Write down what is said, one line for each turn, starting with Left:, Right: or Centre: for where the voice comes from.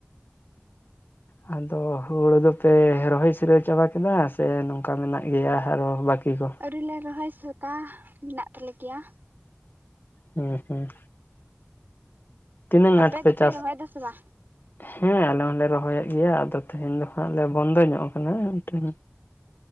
Left: ᱦᱩᱸ᱾ ᱟᱫᱚ ᱦᱩᱲᱩ ᱫᱚᱯᱮ ᱨᱚᱦᱚᱭ ᱥᱤᱨᱟᱹᱣ ᱪᱟᱵᱟ ᱠᱮᱫᱟ ᱥᱮ ᱱᱚᱝᱠᱟ ᱢᱮᱱᱟᱜ ᱜᱮᱭᱟ ᱟᱨᱚ ᱵᱟᱹᱠᱤ ᱠᱚ?
Right: ᱟᱹᱣᱨᱤᱞᱮ ᱨᱚᱦᱚᱭ ᱥᱟᱹᱛᱟ, ᱢᱮᱱᱟᱜ ᱛᱟᱞᱮ ᱜᱮᱭᱟ᱾
Left: ᱦᱮᱸ ᱦᱩᱸ᱾ ᱛᱤᱱᱟᱹᱜ
Right: ᱟᱯᱮ
Left: ᱟᱸᱴ ᱯᱮ
Right: ᱫᱚᱯᱮ
Left: ᱪᱟᱥ
Right: ᱨᱚᱦᱚᱭᱫᱟ ᱥᱮ ᱵᱟ?
Left: ᱦᱮᱸ ᱟᱞᱮ ᱦᱚᱸᱞᱮ ᱨᱚᱦᱚᱭᱮᱫ ᱜᱮᱭᱟ ᱟᱫᱚ ᱛᱮᱦᱮᱧ ᱫᱚ ᱦᱟᱜ ᱞᱮ ᱵᱚᱱᱫᱚ ᱧᱚᱜ ᱠᱟᱱᱟ, ᱢᱤᱫᱴᱮᱱ